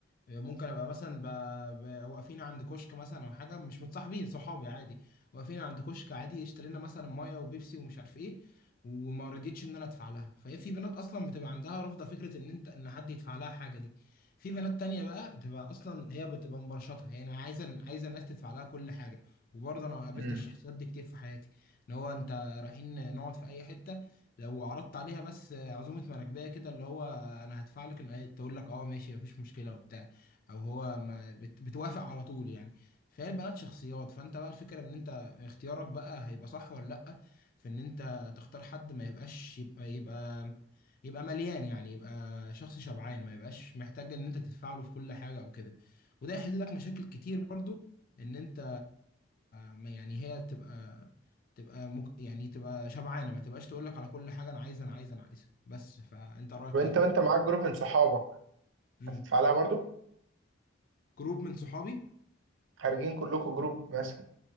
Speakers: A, on the left; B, on the right.
A: ممكن ابقى مثلا ب... ب... واقفين عند كشك مثلا او حاجه مش متصاحبين صحابي عادي واقفين عند كشك عادي اشترينا مثلا ميه وبيبسي ومش عارف ايه وما رضيتش ان انا ادفع لها فهي في بنات اصلا بتبقى عندها رافضه فكره ان انت ان حد يدفع لها حاجه دي في بنات تانية بقى بتبقى اصلا هي بتبقى مبرشطها يعني عايزه عايزه الناس تدفع لها كل حاجه وبرضه انا قابلت
B: امم
A: الشخصيات دي كتير في حياتي اللي هو انت رايحين نقعد في اي حته لو عرضت عليها بس عزومه مراكبيه كده اللي هو انا هدفع لك ان تقول لك اه ماشي مفيش مشكله وبتاع او هو ما بت- بتوافق على طول يعني فهي البنات شخصيات فانت بقى الفكره ان انت اختيارك بقى هيبقى صح ولا لا في ان انت تختار حد ما يبقاش يبقى يبقى يبقى مليان يعني يبقى شخص شبعان ما يبقاش محتاج ان انت تدفع له في كل حاجه او كده وده يحل لك مشاكل كتير برضو ان انت ما يعني هي تبقى تبقى مك... يعني تبقى شبعانه ما تبقاش تقول لك على كل حاجه انا عايزه انا عايزه انا عايزه بس فانت رايك
B: وانت
A: ايه في
B: وانت معاك جروب من صحابك
A: مم.
B: هتدفع لها برضو
A: جروب من صحابي
B: خارجين كلكم جروب مثلا